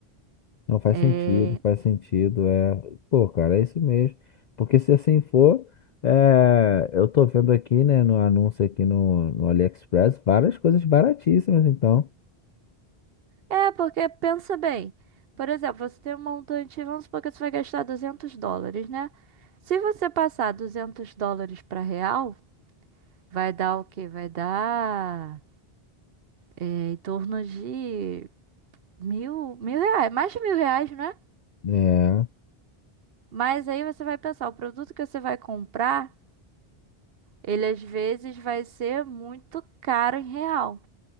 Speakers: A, on the left; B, on the right.
A: não faz
B: É,
A: sentido, faz sentido, é, pô, cara, é isso mesmo. Porque se assim for, é, eu tô vendo aqui, né, no anúncio aqui no, no AliExpress, várias coisas baratíssimas, então.
B: é porque pensa bem. Por exemplo, você tem um montante, vamos supor que você vai gastar 200 dólares, né? Se você passar 200 dólares para real, vai dar o quê? Vai dar é, em torno de mil, mil reais, mais de mil reais, né?
A: É,
B: Mas aí você vai pensar, o produto que você vai comprar, ele às vezes vai ser muito caro em real.